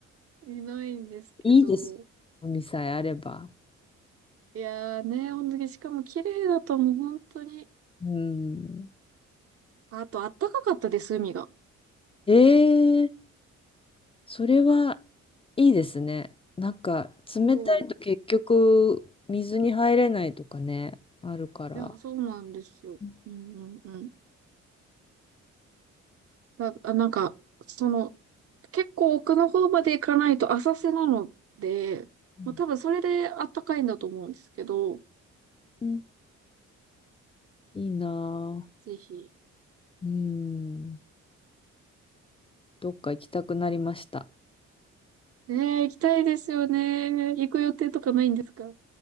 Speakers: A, on the right; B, on the left.
A: いないんですけど。
B: いいです。海さえあれば。
A: いやーね、ほんとに、しかも綺麗だともう本当に。
B: うん。
A: あと、あったかかったです、海が。
B: ええそれはいいですね。なんか冷たいと結局水に入れないとかね、
A: そう。
B: あるから。
A: いや、そうなんですよ。
B: う
A: うんうんうん。な、あ、なんか、その、結構奥の方まで行かないと浅瀬なので、
B: ん
A: まあ多分それであったかいんだと思うんですけど、
B: うんいいな
A: ぜひ。
B: ぁ。うん。どっか行きたくなりました。
A: ねえ、行きたいですよね。行く予定とかないんですか